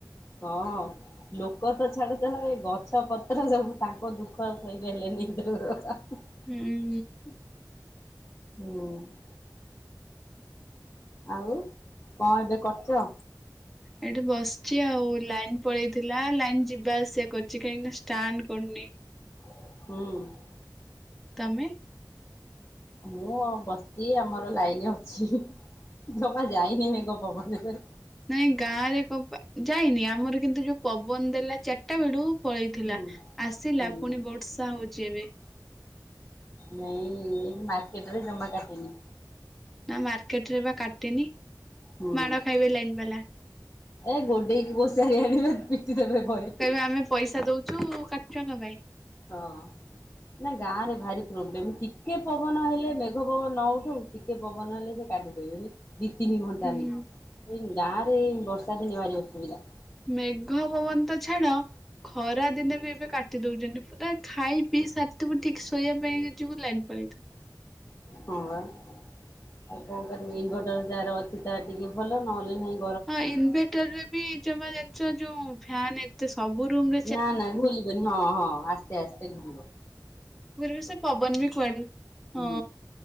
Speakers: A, on the left; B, in the centre.
A: ହଁ। ଲୋକ ତ ଛାଡ ଛାଡ ଏ ଗଛ ପତ୍ର ସବୁ ତାଙ୍କ ଦୁଃଖ ଆଉ ସହିପାରିଲେନି।
B: ହୁଁ।
A: ହୁଁ। ଆଉ କଣ ଏବେ କରୁଛ।
B: ଏଇଠି ବସିଛି ଆଉ ଲାଇନ ପଳେଇଥିଲା ଲାଇନ ଯିବା ଆସିବା କରୁଛି କାହିଁକି ଷ୍ଟାଣ୍ଡ କରୁନି।
A: ହୁଁ।
B: ତମେ?
A: ମୁଁ ଆଉ ବସିଛି ଆମର ଲାଇନ ଅଛି ଇହି ଜମା ଯାଇନି ମେଗ ପବନରେ।
B: ନାଇଁ ଗାଁ ରେ କବା ଯାଇନି ଆମର କିନ୍ତୁ ଯୋଉ ପବନ ଦେଲା ଚାରିଟା ବେଡୁ ପଳେଇଥିଲା
A: ହୁଁ।
B: ଆସିଲା
A: ହୁଁ
B: ପୁଣି ବର୍ଷା ହଉଚି ଏବେ।
A: ନାଇଁ ମାର୍କେଟ ରେ ଜମା କାଟିନି।
B: ନା ମାର୍କେଟ ରେ ବା କାଟନି
A: ହୁଁ
B: ମାଡ ଖାଇବେ ଲାଇନ ବାଲା।
A: ଏ ଗୋଡେଇକି ବୋସାରି ଆଣିବେ ପିଟି ଦେବେ ଭରେ।
B: ତ ଆମେ ପଇସା ଦଉଛୁ କାଟୁିବା କ ପାଇଁ?
A: ହଁ ନା ଗାଁ ରେ ଭାରି ପ୍ରୋବ୍ଲେମ୍ ଟିକେ ପବନ ହେଲେ ମେଘ ପବନ ନ ଉଠଉ ଟିକେ ପବନ ହେଲେ ସେ କାଟିଦେବେନି। ଦି ତିନି ଘଣ୍ଟା
B: ହୁଁ
A: ନିକା ଏଇ ଗାଁରେ ଏଇ ବର୍ଷା ଦିନେ ଭାରି ଅସୁବିଧା।
B: ମେଘ ପବନ ତ ଛାଡ। ଖରା ଦିନେ ବି ଏବେ କାଟି ଦଉଛନ୍ତି ପୁରା ଖାଇ ପିଇ ସାରିଥିବୁ ଠିକ ଶୋଇଆ ପାଇଁ ଯିବୁ ଲାଇନ୍ ପଳେଇଥିଅ।
A: ହଁ ବା ଆଉ କଣ କରିବି ଇନଭର୍ଟର ଯାହାର ଅଛି ତା ଟିକେ ଭଲ ନହେଲେ ନାଇଁ।
B: ହଁ ଇନଭେଟରରେ ବି ଜମା ଜଣିଛ ଯୋଉ ଫାନ ଏତେ ସବୁ ରୁମରେ
A: ନା ନା ଘୁଲିବନି ହଁ ହଁ ଆସ୍ତ ଆସ୍ତେ ଘୁଲିବ।
B: ପୂର୍ବି ସେ ପବନ ବି କୁଆଡେ
A: ହୁଁ।
B: ହଁ।